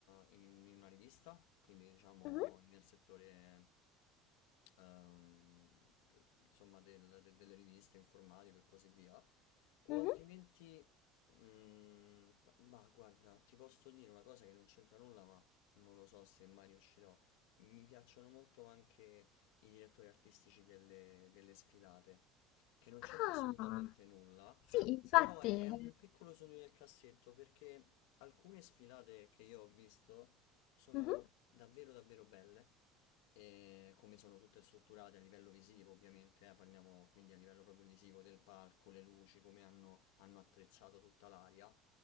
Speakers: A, on the left; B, on the left.
A: in, in una rivista, quindi diciamo
B: Mhm,
A: nel settore ehm, insomma del- de- delle riviste informatico e così via, o
B: mhm.
A: altrimenti, mm, ma guarda, ti posso dire una cosa che non c'entra nulla, ma non lo so se mai riuscirò. Mi piacciono molto anche i direttori artistici delle delle sfilate che non c'entra
B: Ah,
A: assolutamente nulla,
B: Sì, infatti.
A: però è, è un piccolo sogno nel cassetto perché alcune sfilate che io ho visto sono
B: Mhm,
A: davvero davvero belle, e come sono tutte strutturate a livello visivo ovviamente, eh, parliamo quindi a livello proprio visivo del palco, le luci, come hanno, hanno attrezzato tutta l'aria,